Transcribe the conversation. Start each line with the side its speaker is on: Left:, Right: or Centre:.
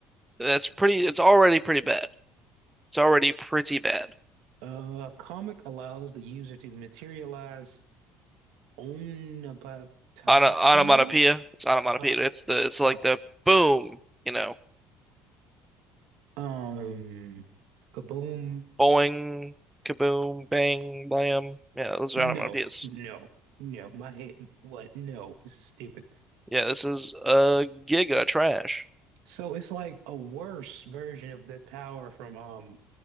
Centre: That's pretty, it's already pretty bad. It's already pretty bad.
Right: Uh, a comic allows the user to materialize omnipotopia.
Centre: Ona, onomatopoeia. It's onomatopoeia.
Right: Ah,
Centre: It's the it's like
Right: ah,
Centre: the boom, you know,
Right: um, kaboom.
Centre: boing, kaboom, bang, blam. Yeah, those
Right: No,
Centre: are onomatopoeias.
Right: no, no. My head, what? No, it's stupid.
Centre: Yeah, this is uh, giga trash.
Right: So it's like a worse version of the power from um